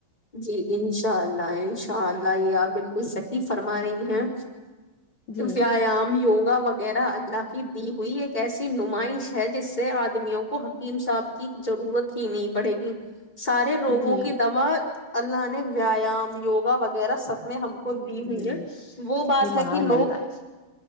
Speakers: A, on the left (about 20°); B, on the left (about 60°).
A: جی انشاء اللہ انشاء اللہ یہ آپ بالکل صحیح فرما رہی ہیں
B: جی
A: ویایام یوگا وغیرہ لااکی دی ہوئی ایک ایسی نمائش ہے جس سے آدمیوں کو حکیم صاف کی ضرورت ہی نہیں پڑے گی سارے روگوں
B: جی
A: کی دوا اللہ نے ویایام یوگا وغیرہ سب میں ہم کو دی ہوئی
B: جی
A: ہے
B: سبحان
A: وہ بات ہے کہ لوگ
B: اللہ